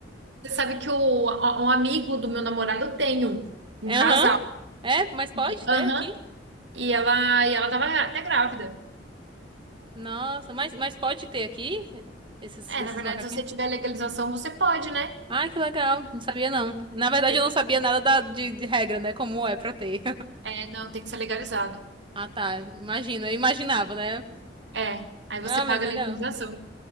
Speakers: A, on the right; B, on the right.
A: Você sabe que o, um amigo do meu namorado tem um,
B: <laughs>
A: um
B: Aham.
A: casal.
B: É, mas pode
A: E-
B: ter
A: Aham.
B: aqui?
A: E ela, e ela tava até grávida.
B: Nossa, mas, mas pode ter aqui esses,
A: É,
B: esses
A: na verdade,
B: macaquinhos?
A: se você tiver legalização, você pode, né?
B: Ai, que legal. Não sabia, não. Na verdade,
A: Tem
B: eu
A: que-
B: não sabia nada da, de, de regra, né? Como é pra ter.
A: é, não, tem que ser legalizado.
B: Ah, tá. Imagino, eu imaginava, né?
A: É, aí você
B: Ah,
A: paga
B: mas legal.
A: a legalização.